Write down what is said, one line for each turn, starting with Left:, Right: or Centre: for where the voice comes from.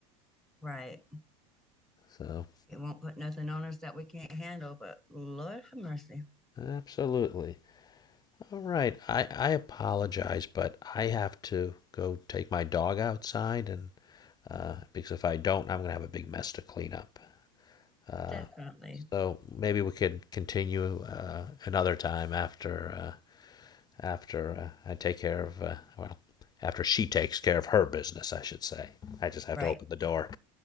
Centre: right.
Left: So,
Centre: It won't put nothing on us that we can't handle, but Lord have mercy.
Left: absolutely. All right, I I apologize, but I have to go take my dog outside, and uh, because if I don't, I'm gonna have a big mess to clean up. Uh,
Centre: Definitely.
Left: so maybe we could continue uh, another time after uh, after uh, I take care of uh, well after she takes care of her business, I should say. I just have
Centre: Right.
Left: to open the door.